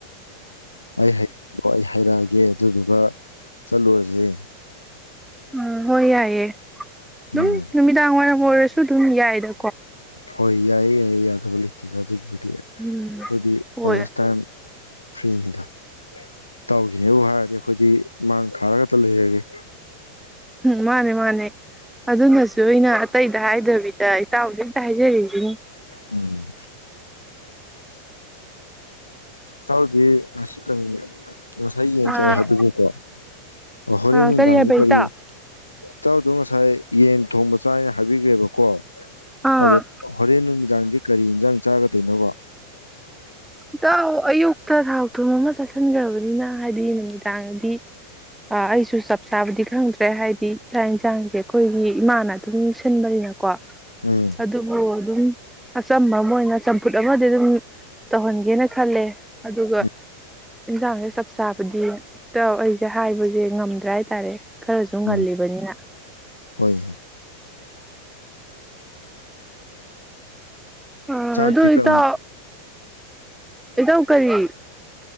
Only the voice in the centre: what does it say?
ꯎꯝ ꯍ ꯌꯥꯏꯌꯦ ꯑꯗꯨꯝ
ꯅꯨꯃꯤꯗ ꯑꯔ ꯑꯣꯏꯔꯁꯨ ꯑꯗꯨꯝ ꯌꯥꯏꯗ
ꯎꯝ
ꯍꯣꯏ
ꯎꯝ ꯃꯥꯅꯦ ꯃꯥꯅꯦ ꯑꯗꯨꯅꯁꯨ ꯑꯩꯅ ꯑꯇꯩꯗ ꯍꯥꯏꯗꯕꯤꯗ ꯏꯇꯥꯎ ꯍꯦꯛꯇ ꯍꯥꯏꯖꯔꯤꯁꯤꯅꯤ
ꯑꯥ
ꯑꯥ
ꯍꯥꯏꯕ ꯏꯇꯥꯎ
ꯑꯥ
ꯗ ꯑꯌꯨ ꯛꯇ ꯊꯥꯎ ꯊꯨꯝ ꯑꯃ ꯆꯥꯁꯤꯟꯈ꯭ꯔꯕꯅꯤꯅ ꯍꯥꯏꯗꯤ ꯅꯨꯃꯤꯗꯥꯡꯗꯤ ꯑꯩꯁꯨ ꯆꯞ ꯆꯥꯕꯗꯤ ꯈꯪꯗ꯭ꯔꯦ ꯍꯥꯏꯗꯤ ꯆꯥꯛ ꯌꯦꯟꯁꯥꯡꯁꯦ ꯑꯩꯈꯣꯏꯒꯤ ꯏꯃꯥꯅ ꯑꯗꯨꯝ ꯁꯤꯟꯕꯅꯤꯅꯀꯣ
ꯑꯗꯨꯕꯨ ꯑꯗꯨꯝ ꯑꯆꯝꯕ ꯑꯃ ꯑꯣꯏꯅ ꯆꯝꯐꯨꯠ ꯑꯃꯗꯤ ꯑꯗꯨꯝ ꯇꯧꯍꯟꯒꯦꯅ ꯈꯜꯂꯦ ꯑꯗꯨꯒ
ꯏꯟꯁꯥꯡꯁꯦ ꯆꯞ ꯆꯥꯕꯗꯤ ꯍꯦꯛꯇ ꯑꯩꯁꯦ ꯍꯥꯏꯕꯁꯦ ꯉꯝꯗ꯭ꯔꯦ ꯍꯥꯏꯇꯥꯔꯦ ꯈꯔꯁꯨ ꯉꯜꯂꯤꯕꯅꯤꯅ
ꯑ
ꯑꯗꯨ
ꯏꯇ ꯏꯗ ꯀꯔꯤ